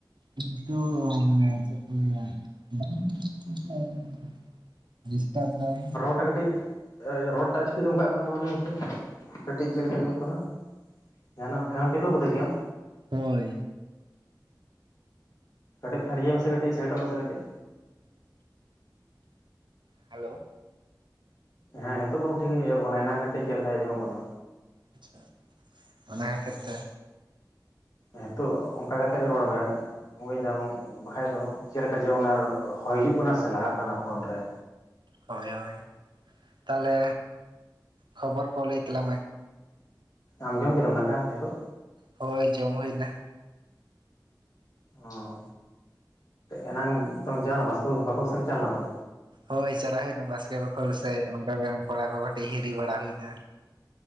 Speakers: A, on the right; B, on the left.
A: <unintelligible> ᱚ ᱢᱟᱱᱮ ᱪᱮᱫ ᱠᱚ ᱞᱟᱹᱭᱟ <unintelligible> ᱰᱤᱥᱴᱟᱯ ᱫᱟᱭ
B: <unintelligible> ᱠᱟᱹᱴᱤᱡᱽ ᱨᱚᱲ ᱴᱟᱜ ᱪᱤᱠᱟᱹᱛᱮ ᱚᱱᱠᱟᱜ ᱠᱟᱱ ᱛᱟᱢᱟ ᱞᱟᱹᱭ ᱢᱮᱥᱮ ᱠᱟᱹᱴᱤᱡ ᱪᱮᱫ ᱞᱮᱠᱟ ᱟᱸᱡᱚᱢᱚᱜ ᱠᱟᱱᱟ ᱡᱟᱦᱟᱱᱟᱜ ᱯᱷᱮᱱᱮᱢ ᱪᱟᱹᱞᱩ ᱠᱟᱫᱟ ᱠᱤ ᱟᱢ
A: ᱦᱳᱭ
B: ᱠᱟᱹᱴᱤᱡ ᱯᱷᱮᱱ ᱤᱭᱟᱹᱭ ᱢᱮᱥᱮ ᱠᱟᱹᱴᱤᱡ ᱥᱟᱭᱤᱴᱚᱜ ᱢᱮᱥᱮ ᱠᱟᱹᱴᱤᱡ
A: ᱦᱮᱞᱳ
B: ᱦᱮᱸ ᱦᱤᱛᱳᱜ ᱵᱚᱨᱚᱢ ᱴᱷᱤᱠ ᱜᱮ ᱟᱸᱡᱚᱢᱚᱜ ᱠᱟᱱᱟ ᱮᱱᱟᱝ ᱠᱟᱹᱴᱤᱡ ᱪᱮᱫ ᱞᱮᱠᱟ ᱟᱸᱡᱚᱢᱚᱜ ᱠᱟᱱᱟ
A: ᱟᱪᱷᱟ ᱚᱱᱟ ᱠᱷᱟᱹᱛᱤᱨ ᱛᱮ
B: ᱦᱤᱛᱳᱜ ᱚᱱᱠᱟ ᱠᱟᱛᱮ ᱜᱮ ᱨᱚᱲ ᱢᱮ ᱵᱡᱽᱫᱟᱢ ᱵᱟᱠᱷᱟᱡ ᱫᱚ ᱪᱮᱫᱞᱮᱠᱟ ᱡᱮ ᱚᱱᱟ ᱦᱚᱭ ᱦᱤᱡᱩᱜ ᱠᱟᱱᱟ ᱥᱮ ᱞᱟᱜᱟᱜ ᱠᱟᱱᱟ ᱯᱷᱳᱱ ᱨᱮ
A: ᱦᱳᱭ ᱦᱳᱭ ᱛᱟᱦᱚᱞᱮ ᱠᱷᱚᱵᱚᱨ ᱠᱚ ᱞᱟᱹᱭ ᱛᱟᱞᱟᱝ ᱢᱮ
B: ᱟᱢ ᱡᱚᱢ ᱠᱮᱫᱟᱢ ᱫᱟᱠᱟ ᱦᱤᱛᱳᱜ
A: ᱦᱳᱭ ᱡᱚᱢ ᱦᱳᱭ ᱮᱱᱟ
B: ᱚᱚ ᱮᱱᱟᱝ ᱛᱚ ᱪᱟᱣᱞᱮᱱᱟ ᱵᱟᱥᱠᱮ ᱵᱟᱠᱷᱳᱞ ᱥᱮᱢ ᱪᱟᱶ ᱞᱮᱱᱟ ᱛᱚ
A: ᱦᱳᱭ ᱪᱟᱞᱟᱣ ᱦᱩᱭᱱᱟ ᱵᱟᱥᱠᱮ ᱵᱟᱠᱷᱳᱞ ᱥᱮᱫ ᱚᱸᱰᱮ ᱨᱮᱱ ᱠᱚᱲᱟ ᱠᱚ ᱠᱟᱹᱴᱤᱡ ᱦᱤᱨᱤ ᱵᱟᱲᱟ ᱦᱩᱭᱱᱟ